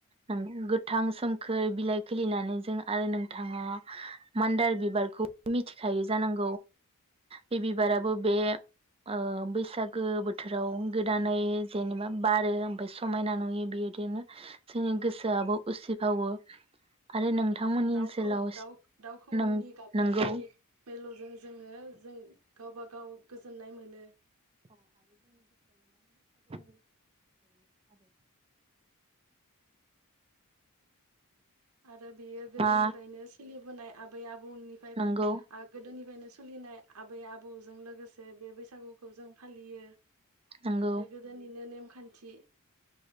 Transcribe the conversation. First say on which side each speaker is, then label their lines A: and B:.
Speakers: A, on the right (about 25°); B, on the right (about 70°).
A: <unintelligible> गोथां सोमखोर बिलाइ खोलिनानै जों आरो नों थाङा मान्दार बिबारखौ मिथिखायो जानांगौ औ बे बिबाराबो बे ओ बैसागो बोथोराव गोदानै जेनेबा बारो ओमफ्राय समायना नुयो बेबायदिनो जोंनि
B: औ
A: गोसोआबो उसिफावो आरो नोंथांमोननि
B: आरो दउखौ
A: ओनसोलाव
B: दाउ दाउखौनि
A: नों
B: गाबनायनि
A: नंगौ
B: मेलौजों जोङो जों गाव बा गाव गोजोननाय मोनो
A: <inaudible>
B: आरो बियो गोदोनिफ्रायनो
A: मा
B: सोलिबोनाय आबै आ बौनिफ्राय
A: नंगौ
B: आं गोदोनिफ्रायनो सोलिनाय आबै आबौजों लोगोसे बे बैसागुखौ जों फालियो।
A: नंगौ
B: बे गोदोनिनो नेम खान्थि